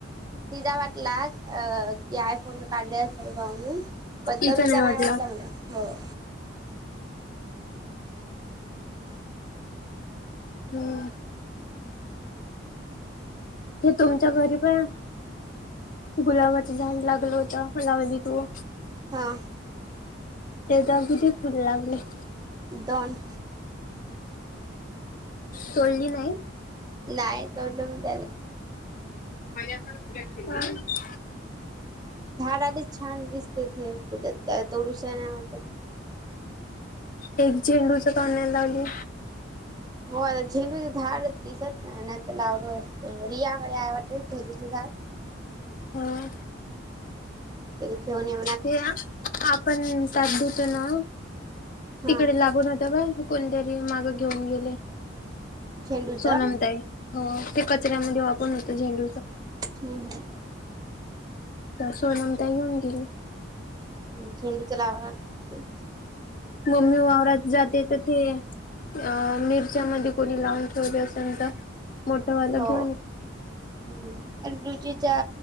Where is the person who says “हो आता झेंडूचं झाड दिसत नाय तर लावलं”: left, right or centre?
Right